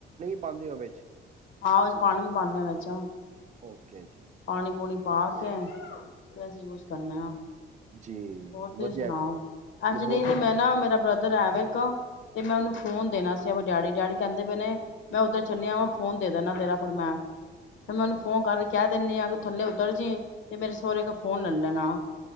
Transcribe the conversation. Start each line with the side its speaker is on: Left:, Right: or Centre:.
Right: ਪਾਂਦੇ ਹੋ ਵਿੱਚ।
Left: ਆਹੋ ਪਾਣੀ ਵੀ ਪਾਂਦੇ ਆ ਵਿੱਚ।
Right: ਓਕੇ ਜੀ।
Left: ਪਾਣੀ ਪੂਣੀ ਪਾ ਕੇ ਫ ਅਸੀਂ ਯੂਜ ਕਨੇ ਆ।
Right: ਜੀ
Left: ਹੋਰ ਤੁਸੀਂ
Right: ਵਧੀਆ
Left: ਸੁਣਾਓ
Right: ਗੱਲ
Left: ਐਕਚਲੀ
Right: ਨਹੀਂ ਬਹੁਤ
Left: ਮੈਂ ਨਾ ਮੇਰਾ ਬ੍ਰਦਰ ਐ ਵ ਇੱਕ ਤੇ ਮੈਂ ਉਹਨੂੰ ਫੋਨ ਦੇਣਾ ਸੀ ਆਪ ਡੈਡੀ, ਡੈਡੀ ਕਹਿੰਦੇ ਪੇ ਨੇ, ਮੈਂ ਉਓਧਰ ਚੱਲਿਆ ਵਾ ਫੋਨ ਦੇ ਦਿੰਦਾ ਤੇਰਾ ਫੇਰ ਮੈਂ, ਫਿਰ ਮੈਂ ਉਹਨੂੰ ਫੋਨ ਕਰ ਕਹਿ ਦਿੰਦੀ ਅਗ ਥੱਲੇ ਉਤਰ ਜਈ ਤੇ ਮੇਰੇ ਸਹੁਰ ਕੋ ਫੋਨ ਲੈ ਲੈਣਾ।